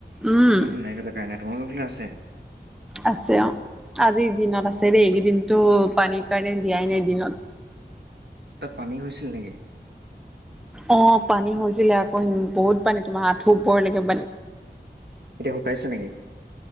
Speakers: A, on the right; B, in the centre.
A: <unintelligible>
B: উম
A: তোমালোকৰ ফালে আছে?
B: আছে অ'। আজিৰ দিনত
A: অ',
B: আছে দেই, এইকেইদিনতো পানীৰ কাৰণে দিয়াই নাই দিনত।
A: তাত পানী হৈছিল নেকি?
B: অ', পানী হৈছিলে আকৌ ম-বহুত পানী, তোমাৰ আঁঠু ওপৰলৈকে পানী।
A: এতিয়া শুকাইছে নেকি?